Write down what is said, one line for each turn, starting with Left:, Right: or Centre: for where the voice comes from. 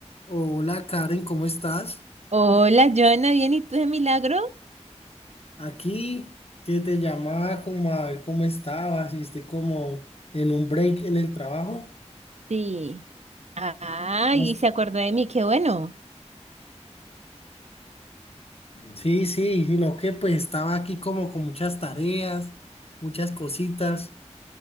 Left: Hola Karen, ¿cómo estás?
Right: Hola, Joana, ¿bien? ¿Y tú de milagro?
Left: Aquí que te llamaba como a ver cómo estabas y estoy como en un break en el trabajo.
Right: Sí, Ay,
Left: Pues,
Right: y se acordó de mí, qué bueno.
Left: Sí, sí, sino que pues estaba aquí como con muchas tareas, muchas cositas.